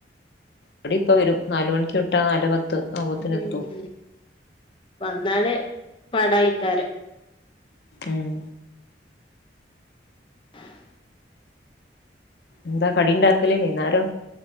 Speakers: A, on the left (about 65°); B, on the left (about 30°).
A: എവിടെ ഇപ്പ വരും നാല് മണിക്ക് വിട്ട നാല് പത്ത്. ആവുമ്പോത്തിന്
B: ഉ
A: എത്തും
B: വന്നാല് പടായിക്കാരം.
A: ഉം
B: <inaudible>
A: എന്താ കടി ഉണ്ടാക്കല് വൈന്നാരം.